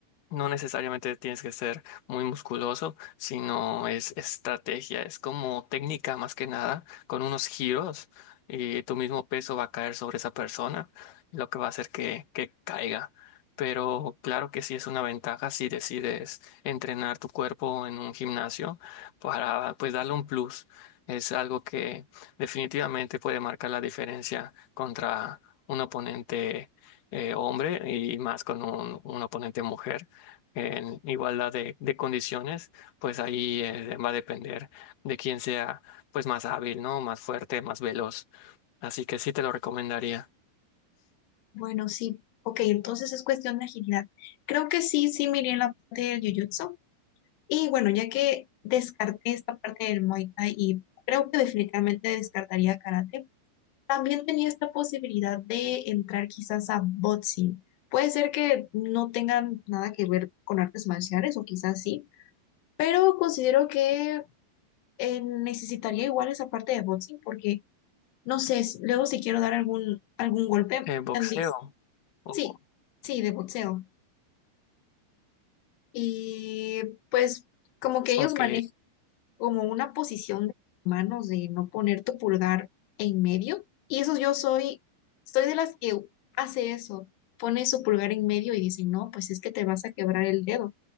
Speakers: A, on the left (about 55°); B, on the left (about 85°).
A: no necesariamente tienes que ser muy musculoso, sino es estrategia, es como técnica más que nada, con unos giros y tu mismo peso va a caer sobre esa persona, lo que va a hacer que, que caiga. Pero claro que sí es una ventaja si decides entrenar tu cuerpo en un gimnasio para pues darle un plus. Es algo que definitivamente puede marcar la diferencia contra un oponente eh, hombre y más con un un oponente mujer en igualdad de, de condiciones, pues ahí eh, va a depender de quién sea pues más hábil, ¿no? Más fuerte, más veloz. Así que sí te lo recomendaría.
B: Bueno, sí. Ok, entonces es cuestión de agilidad. Creo que sí, sí me iría en la parte del jiu-jitsu. Y bueno, ya que descarté esta parte del Muay Thai y creo que definitivamente descartaría karate, también tenía esta posibilidad de entrar quizás a boxing. Puede ser que no tengan nada que ver con artes marciales o quizás sí, pero considero que eh, necesitaría igual esa parte de boxing porque no sé, s- luego si quiero dar algún, algún golpe,
A: Eh, boxeo.
B: tal
A: Oh,
B: sí, sí, de boxeo. Y pues como que ellos
A: ok.
B: manejan como una posición de manos de no poner tu pulgar en medio. Y eso yo soy, soy de las que hace eso, pone su pulgar en medio y dice, no, pues es que te vas a quebrar el dedo.